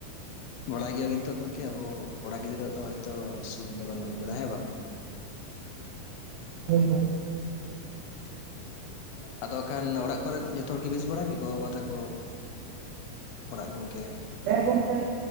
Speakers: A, on the left (about 80°); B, on the right (about 85°).
A: ᱵᱟᱲᱟᱭ ᱜᱮᱭᱟᱵᱤᱱ ᱛᱚ ᱜᱚᱢᱠᱮ ᱟᱵᱚ ᱠᱚᱲᱟ ᱜᱤᱫᱽᱨᱟᱹᱣᱟᱜ ᱫᱚ ᱦᱳᱭᱛᱚ ᱥᱩᱠᱷ ᱫᱚ ᱵᱟᱹᱱᱩᱜ ᱠᱟᱫᱟ ᱦᱮᱸ ᱵᱟᱝ?
B: ᱦᱩᱸ ᱦᱩᱸ᱾
A: ᱟᱫᱚ ᱠᱷᱟᱱ ᱚᱲᱟᱜ ᱠᱚᱨᱮ ᱡᱚᱛᱚ ᱦᱚᱲ ᱜᱮ ᱵᱮᱥ ᱵᱟᱲᱟ ᱜᱮ ᱜᱚ ᱵᱟᱵᱟ ᱛᱟᱠᱚ ᱚᱲᱟᱜ ᱜᱚᱝᱠᱮ?
B: ᱦᱮ ᱜᱚᱢᱠᱮ᱾